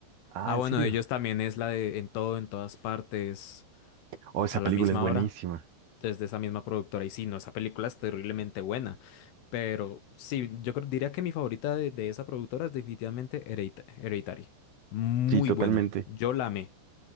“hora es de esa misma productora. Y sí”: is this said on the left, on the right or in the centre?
Left